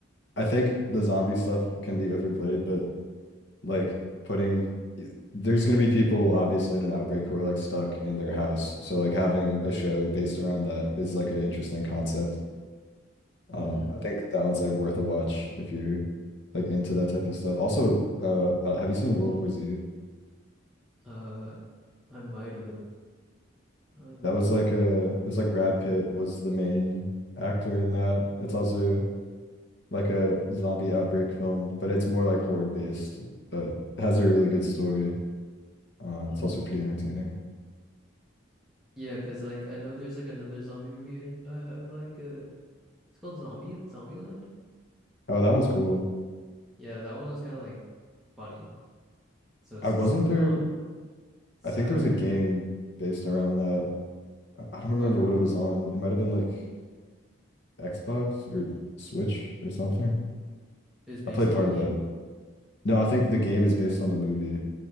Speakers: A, on the left; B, in the centre.
A: I think the zombie stuff can be overplayed, but like putting there's gonna be people obviously in an outbreak who are like stuck in their house. So like having a show based around that is like an interesting concept. Um,
B: mhm.
A: I think that one's like worth a watch if you're like into that type of stuff. Also, uh, uh, have you seen World War Z?
B: Uh, I might have, I might
A: That was like
B: have.
A: a it was like Brad Pitt was the main actor in that. It's also like a zombie outbreak film, but it's more like horde based, but it has a really good story. Uh,
B: Mm.
A: it's also pretty entertaining.
B: Yeah, Cause like I know there's like another zombie movie and uh, I like uh, it's called Zombie Zombieland.
A: Oh, that one's cool.
B: Yeah, that one was kind of like funny, so it's
A: I wasn't
B: just like
A: there.
B: not sad
A: I think there was
B: or
A: a
B: anything.
A: game based around that. I I don't remember
B: Oh, really?
A: what it was on. It might have been like Xbox or Switch or something.
B: It was based
A: I played
B: on
A: part
B: a game.
A: of that. No, I think the game is based on the movie.